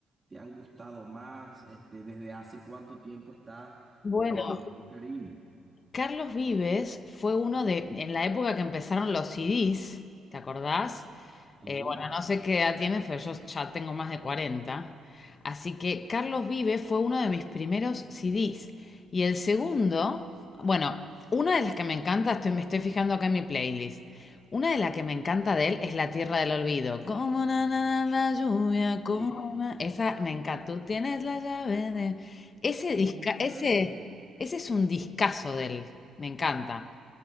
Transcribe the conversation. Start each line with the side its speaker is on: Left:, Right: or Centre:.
Right: te han gustado más? Este, ¿desde hace cuánto tiempo estás
Left: Bueno,
Right: con, con este cariño?
Left: Carlos Vives fue uno de, en la época que empezaron los CDs, ¿te acordás?
Right: Sí,
Left: Eh, bueno, no sé qué edad tienes, pero yo ya tengo más de 40. Así que Carlos Vive fue uno de mis primeros CDs. Y el segundo, bueno, una de las que me encanta, estoy, me estoy fijando acá en mi playlist. Una de las que me encanta de él es La Tierra del Olvido. Como na, na, na, la lluvia, como
Right: sí.
Left: na- Esa me encanta. Tú tienes la llave de... Ese
Right: No,
Left: disca, ese,
Right: razón.
Left: ese es un discazo de él. Me encanta.